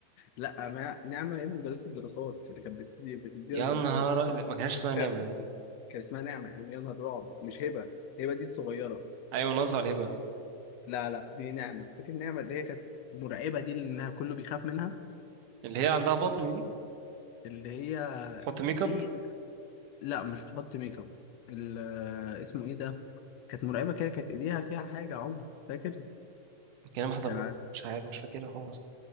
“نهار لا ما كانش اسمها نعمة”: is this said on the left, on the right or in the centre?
Right